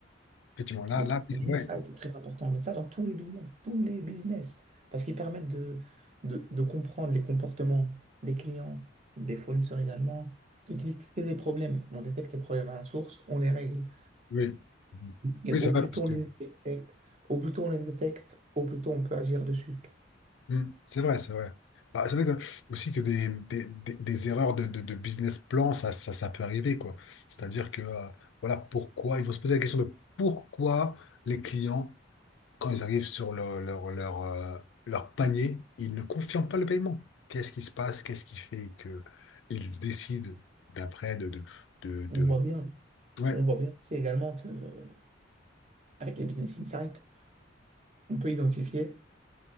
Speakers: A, on the left; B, on the right.
A: Effectivement. Là,
B: Donc,
A: là, oui,
B: l'insight
A: c'est vrai.
B: est très important, mais ça dans tous les business, tous les business, parce qu'ils permettent de, de, de comprendre les comportements des clients, des fournisseurs également, de détecter des problèmes. On détecte les problèmes à la source, on les règle.
A: Oui. Mmh.
B: Et
A: Oui, c'est
B: au
A: vrai,
B: plus
A: parce
B: tôt
A: que
B: on les détecte, au plus tôt on les détecte, au plus tôt on peut agir dessus.
A: Mm. C'est vrai, c'est vrai. Ah, c'est vrai que, aussi que des, des, des- des erreurs de, de- de business plan, ça, ça, ça peut arriver, quoi. C'est-à-dire que, euh, voilà, pourquoi, il faut se poser la question de pourquoi les clients, quand ils arrivent sur leur, leur, leur, euh, leur panier, ils ne confirment pas le paiement. Qu'est-ce qui se passe? Qu'est-ce qui fait que ils décident d'après de, de, de, de-
B: On voit bien,
A: Ouais.
B: on voit bien aussi également que euh, avec les business insights, on peut identifier.